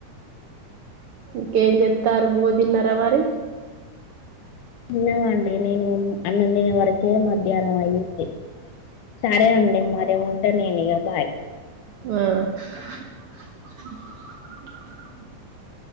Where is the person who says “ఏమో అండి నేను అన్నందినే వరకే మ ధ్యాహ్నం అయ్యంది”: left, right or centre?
Left